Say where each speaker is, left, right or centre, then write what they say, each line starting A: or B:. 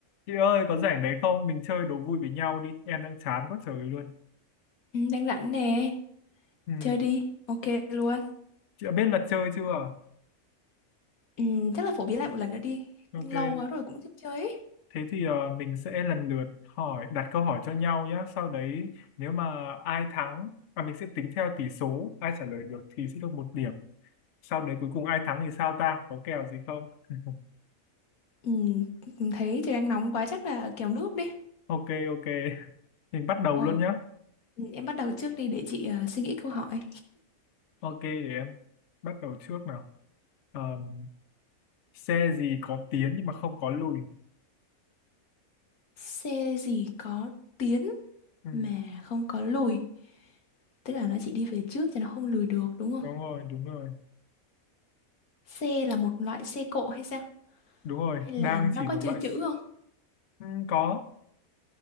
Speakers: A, on the left; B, on the left.
A: Chị ơi, có rảnh đấy không? Mình chơi đố vui với nhau đi. Em đang chán quá trời luôn.
B: Ừ, đang rảnh nè,
A: Ừ.
B: chơi đi, ok luôn.
A: Chị đã biết luật chơi chưa?
B: Ừ, chắc là phổ biến lại một lần nữa đi,
A: Ok.
B: lâu quá rồi cũng chưa chơi ấy.
A: Thế thì ờ, mình sẽ lần lượt hỏi, đặt câu hỏi cho nhau nhé. Sau đấy, nếu mà ai thắng, và mình sẽ tính theo tỷ số, ai trả lời được thì sẽ được một điểm. Sau đấy cuối cùng ai thắng thì sao ta? Có kèo gì không? <laughs>
B: Ừ, thấy trời đang nóng quá chắc là kéo nước đi.
A: Ok, ok. Mình bắt đầu
B: Ờ,
A: luôn nhé.
B: ừ, em bắt đầu trước đi để chị ờ, suy nghĩ câu hỏi.
A: Ok, để em bắt đầu trước nào. Ờm, xe gì có tiến nhưng mà không có lùi?
B: Xe gì có tiến
A: Ừ,
B: mà không có lùi, tức là nó chỉ đi về trước chứ nó không lùi được đúng không?
A: đúng rồi, đúng rồi.
B: Xe là một loại xe cộ hay sao?
A: đúng rồi
B: Hay là
A: đang
B: nó
A: chỉ
B: có
A: một
B: chơi
A: loại
B: chữ
A: s-
B: không?
A: ừ, có